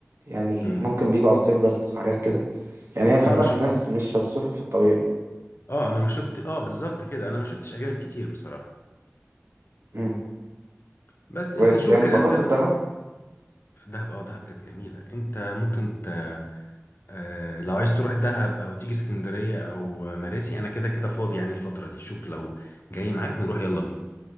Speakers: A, on the right; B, on the left.
A: يعني
B: مم.
A: ممكن بيجوا على الصيف بس حاجات كده يعني هي فعلا
B: انا ما شفت
A: الناس مش هتشوفها في الطبيعي
B: اه انا ما شفت اه بالظبط كده انا ما شفتش اجانب كتير بصراحه
A: امم
B: بس انت
A: بس
B: شوف
A: يعني
B: كده
A: انبسطت
B: انت
A: في دهب
B: في دهب اه دهب كانت جميله انت ممكن ت... آه لو عايز تروح دهب او تيجي اسكندريه او آه، مراسي انا كده كده فاضي يعني الفتره دي شوف لو جاي معاك نروح يلا بينا